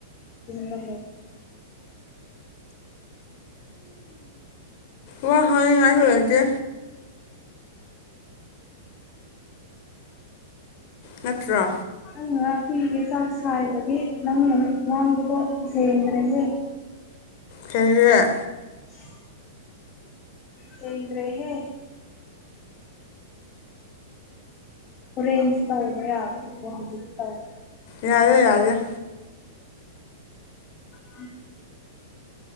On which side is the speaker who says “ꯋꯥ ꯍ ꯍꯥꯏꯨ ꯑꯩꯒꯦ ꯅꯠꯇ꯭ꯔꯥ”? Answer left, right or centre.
Left